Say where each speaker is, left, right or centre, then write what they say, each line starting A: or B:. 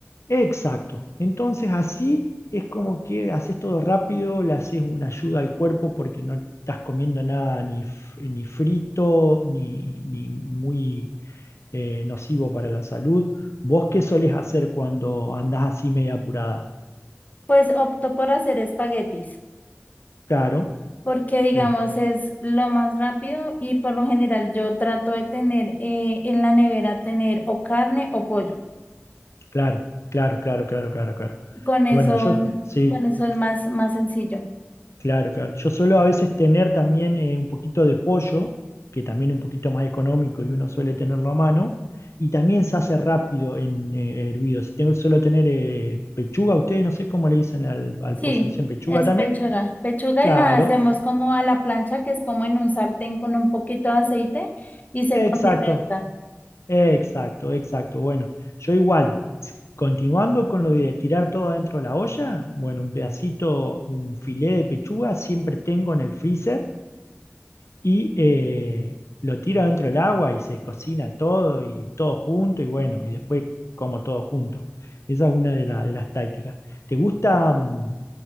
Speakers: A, on the left; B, on the left.
A: Exacto. Entonces así es como que haces todo rápido, le haces una ayuda al cuerpo porque no estás comiendo nada ni, f- ni frito, ni, ni muy eh, nocivo para la salud. ¿Vos qué solés hacer cuando andás así media apurada?
B: Pues opto por hacer espaguetis,
A: Claro,
B: porque digamos
A: lo-
B: es lo más rápido y por lo general yo trato de tener eh, en la nevera tener o carne o pollo.
A: claro, claro, claro, claro, claro, claro.
B: Con eso,
A: Bueno, yo sí,
B: con eso es más, más sencillo.
A: claro, claro. Yo suelo a veces tener también eh, un poquito de pollo, que también es un poquito más económico y uno suele tenerlo a mano, y también se hace rápido en eh, hervido. Si tengo, suelo tener eh, pechuga, ustedes no sé cómo le dicen al, al
B: Sí,
A: pollo, ¿le dicen pechuga
B: es
A: también?
B: pechuga. Pechuga
A: Claro,
B: y la hacemos como a la plancha, que es como en un sartén con un poquito de aceite y se
A: exacto.
B: condimenta.
A: Exacto, exacto. Bueno, yo igual, continuando con lo de tirar todo adentro de la olla, bueno, un pedacito, un filé de pechuga siempre tengo en el freezer y eh, lo tiro adentro del agua y se cocina todo y todo junto y bueno, y después como todo junto. Esa es una de, la- de las tácticas. ¿Te gusta, mm,